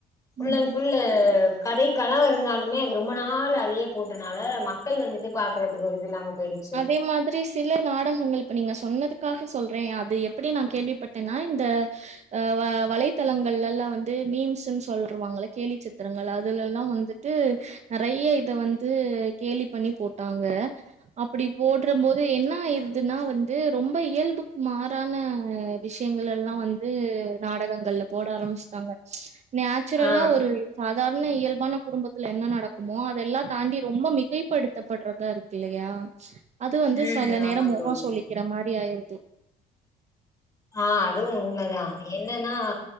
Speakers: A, on the left; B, on the right.
A: ஃபுல்
B: ம்
A: அண் ஃபுல்லு கதைக் கலா இருந்தாலுமே அது ரொம்ப நா ஆள் அதையே போட்டனால மக்கள் வந்துட்டு பாக்குறதுக்கு ஒரு இது இல்லாம போயிடுச்சு
B: அதே மாதிரி சில நாடகங்கள் இப்ப நீங்க சொன்னதுக்காக சொல்றே அது எப்டி நா கேள்விப்பட்டேன்னா இந்த அ வ வலைத்தளங்கள்ல எல்லா வந்த மீம்ஸ்ன்னு சொல்ருவாங்கள கேலி சித்திரங்கள் அதுல எல்லா வந்துட்டு நெறைய இத வந்து கேலி பண்ணி போட்டாங்க அப் அப்டி போடுடற போது என்ன ஆயிருதுன்னா வந்து ரொம்ப இயல்புக்கு மாறான விஷ்யங்கள் ல்லா வந்து நாடகங்கள் போட ஆரம்பிஸ்டாங்க நேச்சுரலா
A: ஆ
B: ஒரு சாதாரண இயல்பான குடும்பத்த த்துல என்ன நடக்குமோ அதெல்லா தாண்டி ரொம்ப மிகைப்படுத்தப்படுறதா இருக்கு இல்லையா ச அது வந்து
A: ம்
B: சொல நேரம்
A: ஆமா
B: முக
A: தோழி
B: சொழிக்கிற மாரி ஆயிரு தெ
A: ஆஹ் அதுவும் உண்மைதா என்னன்னா